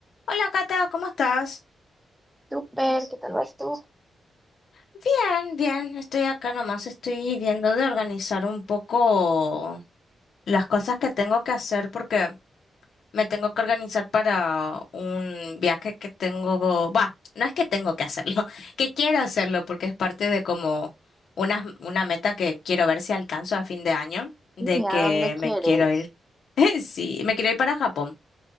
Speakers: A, on the left; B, in the centre.
A: Hola Cata, ¿cómo estás?
B: Súper, ¿qué tal vas tú?
A: Bien, bien, estoy acá nomás, estoy viendo de organizar un poco las cosas que tengo que hacer porque me tengo que organizar para un viaje que tengo, va, no es que tengo que hacerlo, <laughs> que quiero hacerlo porque es parte de como una, una meta que quiero ver si alcanzo a fin de año, de
B: ¿Y a
A: que
B: dónde quieres?
A: me quiero ir, <laughs> sí, me quiero ir para Japón.